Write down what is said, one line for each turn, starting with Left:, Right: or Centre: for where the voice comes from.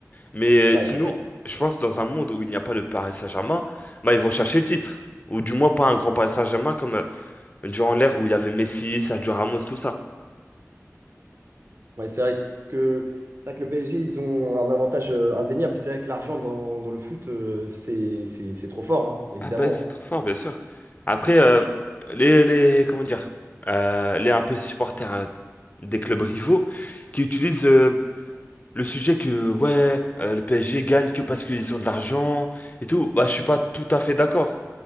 Left: Mais
Right: Ouais,
Left: euh, sinon,
Right: c'est clair.
Left: je pense dans un monde où il n'y a pas le Paris Saint-Germain, bah ils vont chercher le titre, ou du moins pas un grand Paris Saint-Germain comme euh, durant l'ère où il y avait Messi, Sergio Ramos, tout ça.
Right: Ouais, c'est vrai, parce que, c'est vrai que le PSG, ils ont un avantage euh, indéniable. C'est vrai que l'argent dans, dans le foot, euh, c'est c'est- c'est trop fort, hein, évidemment.
Left: Ah bah c'est trop fort, bien sûr. Après, euh, les les comment dire, euh, les un peu supporters euh, des clubs rivaux qui utilisent euh, le sujet que ouais euh, le PSG gagne que parce qu'ils ont de l'argent et tout bah je suis pas tout à fait d'accord